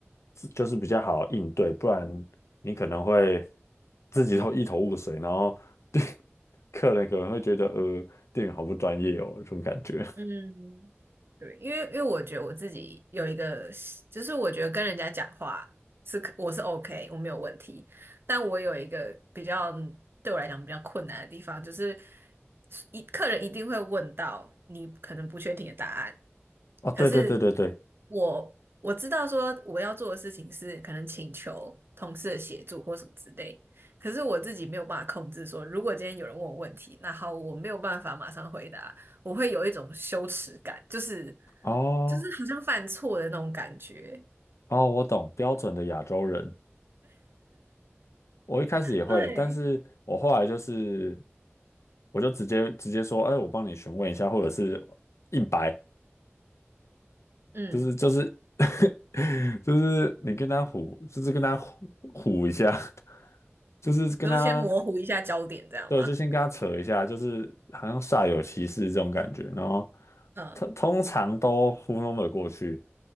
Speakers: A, on the left; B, on the right.
A: 就是比较好应对，不然你可能会自己都一头雾水，然后店 <laughs> 客人可能会觉得呃店员好不专业哦，这种感觉。
B: 嗯，对，因为因为我觉得我自己有一个习就是我觉得跟人家讲话是可我是 OK，我没有问题，但我有一个比较对我来讲比较困难的地方，就是一客人一定会问到你可能不确定的答案，
A: 哦，对对对对对，
B: 可是我我知道说我要做的事情是可能请求同事的协助或什么之类，可是我自己没有办法控制说，如果今天有人问我问题，那好，我没有办法马上回答。我会有一种羞耻感，就是
A: 哦
B: 就是好像犯错的那种感觉。
A: 哦，我懂，标准的亚洲人。我一开始也会，
B: 对，
A: 但是我后来就是，我就直接直接说，哎，我帮你询问一下，或者是硬白，
B: 嗯，
A: 就是就是 <laughs> 就是你跟他唬，就是跟他唬唬一下，<laughs> 就是跟他，
B: 你就先模糊一下焦点，这样吗？
A: 对，就先跟他扯一下，就是好像煞有其事这种感觉，然后
B: 嗯
A: 通通常都糊弄了过去，